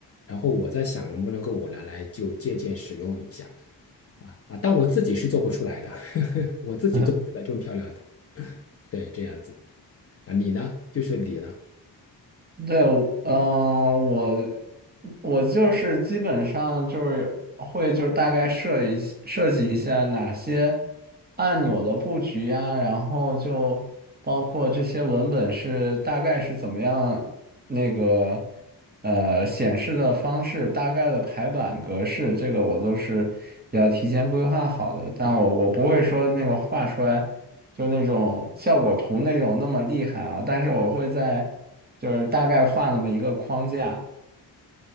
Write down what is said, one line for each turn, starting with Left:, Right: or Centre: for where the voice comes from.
Left: 然后我在想能不能够我拿来就借鉴使用一下啊啊，但我自己是做不出来的，<laughs> 我自己做不出来这么漂亮的，
Right: <laughs>
Left: 对，这样子啊，你呢？就是你呢？
Right: 对，我嗯、我我就是基本上就是会就是大概设一设计一下哪些按钮的布局呀，然后就包括这些文本是大概是怎么样那个呃显示的方式，大概的排版格式，这个我都是要提前规划好的，但我我不会说那个画出来。就那种效果图那种那么厉害啊，但是我会在就是大概画那么一个框架